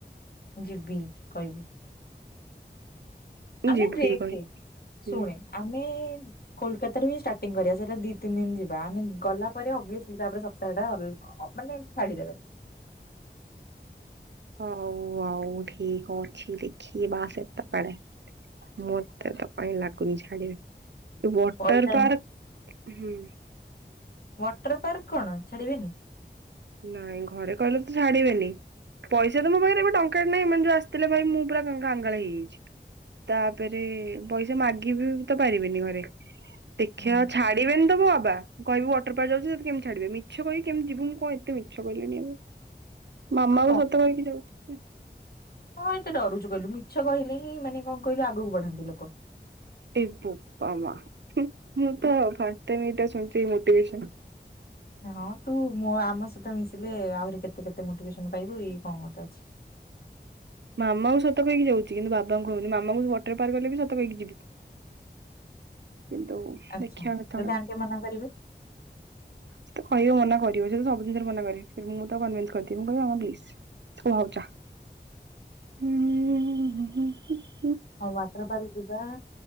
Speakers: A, on the left; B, on the right.
A: ଯିବି କହିବୁ। ଆମେ
B: ଯିବି
A: ଦେଖେ,
B: କହିବି
A: ଶୁଣେ ଆମେ କୋଲକାତାରୁ ହିଁ ଷ୍ଟାର୍ଟିଂ କରିବା। ସେଇଟା ଦିଇ ତିନି ଦିନ ଯିବା ଆମେ ଗଲା ପରେ ଅବ୍ୟୁସିଲି ତାପରେ ସପ୍ତାହଟା ଅ ମାନେ ଛାଡ଼ିଦେବେ।
B: ହଉ ଆଉ ଠିକ୍ ଅଛି। ଦେଖିବା ସେତେବେଳେ। ମତେ ତ କାଇଁ ଲାଗୁନି ଛାଡିବେ, ଏ ୱାଟର
A: ପଇସା
B: ପାର୍କ ହୁଁ।
A: ୱାଟର ପାର୍କ କଣ ଛାଡ଼ିବେନି?
B: ନାଇଁ ଘରେ କହଲେେ ତ ଛାଡିବେନି। ପଇସା ତ ମୋ ପାଖରେ ଏବେ ଟଙ୍କାଟେ ନାହିଁ। ଏମାନେ ଯୋଉ ଆସିଥିଲେ ଭାଇ ମୁଁ ପୁରା କାଁ-କାଙ୍ଗାଳ ହେଇଯାଇଛି। ତାପରେ ପଇସା ମାଗିବି ତ ପାରିବିନି ଘରେ। ଦେଖିବା
A: ହୁଁ
B: ଛାଡିବେନି ତ ମୋ ବାବା କହିବି ୱାଟର ପାର୍କ ଯାଉଛି ସେ କେମତି ଛାଡିବେ। ମିଛ କହିବି କେମତି ଯିବୁ ମୁଁ କହି କେତେ ମିଛ କହିଲିଣି ଏବେ। ମାମାକୁ
A: ଆଉ
B: ସତ କହିକି ଯାଉଛି।
A: କଣ ଏତେ ଡରୁଛୁ କହିଲୁ? ମିଛ କହିଲେ ହିଁ ମାନେ କଣ କହିଲୁ ଆଗକୁ ବଢନ୍ତି ଲୋକ।
B: ଏ ବୋପା ମା। ମୁଁ ତ ଫାଷ୍ଟ ଟାଇମ ଏଇଟା ଶୁଣୁଛି ମୋଟିଭେସନ।
A: ହଁ ତୁ ମୋ ଆମ ସହିତ ମିଶିଲେ ଆହୁରି କେତେ କେତେ ମୋଟିଭେସନ ପାଇବୁ ଏଇ କଣ ଗୋଟେ ଅଛି।
B: ମାମାଙ୍କୁ ସତ କହିକି ଯାଉଛି। କିନ୍ତୁ ବାବାଙ୍କୁ କହୁନି, ମାମାଙ୍କୁଁ ୱାଟର ପାର୍କ ଗଲେ ବି ସତ କହିକି ଯିବି। କିନ୍ତୁ
A: ଆଚ୍ଛା
B: ଦେଖିବା କେତେବେଳେ
A: ଯଦି ଆଣ୍ଟି ମନା କରିବେ
B: ସେ କହିବ ମନା କରିବ, ସେ ସବୁ ଜିନିଷରେ ମନା କରିବେ, ମୁଁ ତ କନଭେନ୍ସ କରଦିଏ ମୁଁ କହିବି ପ୍ଲିଜ। <unintelligible> ହୁଁ ଉଁ-ହୁଁ ହୁଁ ହୁଁ।
A: ଆଉ ୱାଟର ପାର୍କ ଯିବା।